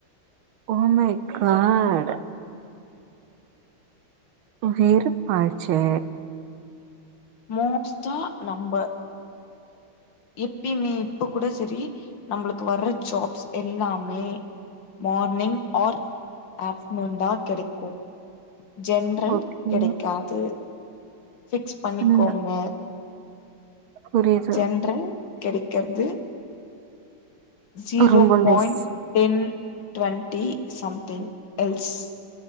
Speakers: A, on the right; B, on the left.
A: ஓ மை காட் உயிர் பாய்ச்சே
B: மோஸ்டா நம்ப இப்பையுமே இப்ப கூட செரி நம்மளுக்கு வர்ற ஜாப்ஸ் எல்லாமே மார்னிங் ஆர் ஆஃப்டர்நூன் தா கெடைக்கு ஜென்ரல்
A: ஓகே
B: கெடைக்காது பிக்ஸ் பண்ணிக்கோங்க
A: ம் புரியுது
B: ஜென்றல் கெடைக்கற்து ஜீரோ
A: ரொம்ப
B: point
A: less
B: ten twenty something else